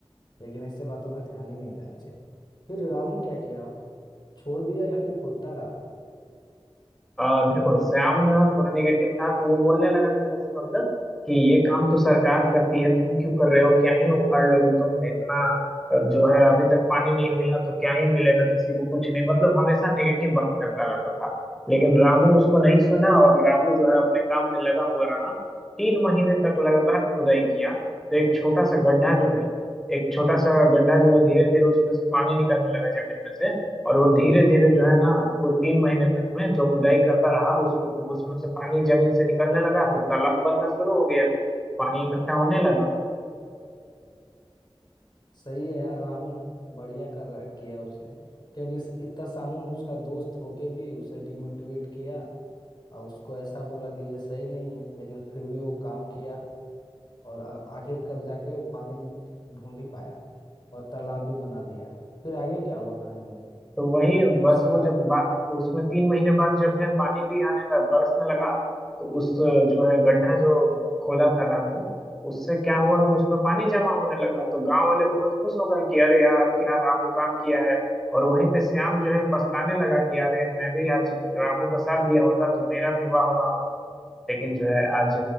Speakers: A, on the left; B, in the centre.
A: लेकिन ऐसे बातों पर ध्यान ही नहीं देना चाहिए फिर रामू क्या किया छोड़ दिया या फिर होता रहा
B: आ, देखो श्याम ना थोड़ा निगेटिव था तो वो बोलने लगा ना इस मतलब कि ये काम तो सरकार करती है तुम क्यों कर रहे हो क्या ही उखाड़ लोगे तुम इतना अ, जो है अभी तक पानी नहीं मिला तो क्या ही मिलेगा किसी को कुछ नहीं मतलब हमेशा नेगेटिव बात करता रहता था लेकिन रामू उसको नहीं सुना और रामू जो है अपने काम में लगा हुआ रहा तीन महीने तक लगातार खुदाई किया तो एक छोटा सा गड्ढा जो है एक छोटा सा गड्ढा जो है धीरे धीरे उसमें से पानी निकलने लगा जमीन में से और वो धीरे धीरे जो है ना वो तीन महीने तक में जो खुदाई करता रहा उस उसमें से पानी जमीन से निकलने लगा तो तालाब बनना शुरू हो गया पानी इकट्ठा होने लगा
A: सही है यार रामू बढ़िया कर रहा किया उसने क्योंकि इस- इतना सामू उसका दोस्त होके भी उसे डिमोटिवेट किया और उसको ऐसा बोला कि ये सही नहीं है लेकिन फिर भी वो काम किया और आ- आखिरकार जाके वो पानी ढूंढ ही पाया और तालाब भी बना दिया फिर आगे क्या हुआ कहानी में
B: तो वही बस वो
A: काफी
B: जब बा, उसमें तीन महीने बाद जब है पानी भी आने लग बरसने लगा तो उस जो है गड्ढा जो खोदा था रामू उससे क्या हुआ कि उसमें पानी जमा होने लगा तो गांव वाले बहुत खुश हो गए कि अरे यार क्या रामू काम किया है और वहीं पे श्याम जो है पछताने लगा कि अरे मैं भी आज रामू का साथ दिया होता तो मेरा भी वाह वाह होता लेकिन जो है आज